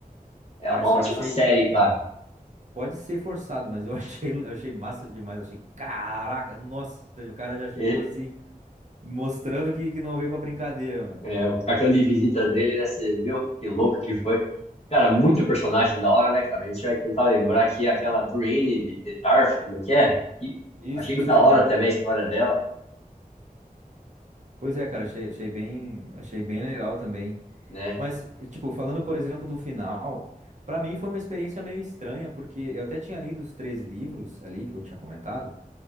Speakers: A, on the left (about 45°); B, on the right (about 50°).
A: é
B: Ah,
A: uma
B: isso
A: ótima
B: eu achei.
A: série, cara.
B: Pode ser forçado, mas eu <laughs> achei, eu achei massa demais. Eu Achei, caraca, nossa, o cara já chegou
A: E-
B: assim, mostrando que, que não veio pra brincadeira, mano.
A: é, o cartão de visitas dele, né? Você viu? Que louco que foi. Cara, muito personagem da hora, né, cara? A gente vai tentar lembrar que aquela Brienne de, de Tarth, como é que é? E
B: Isso,
A: achei
B: isso,
A: da
B: assim
A: hora
B: mesmo.
A: também a história dela.
B: Pois é, cara, achei, achei bem, achei bem legal também.
A: né?
B: Mas, tipo, falando, por exemplo, do final, pra mim foi uma experiência meio estranha, porque eu até tinha lido os três livros ali que eu tinha comentado,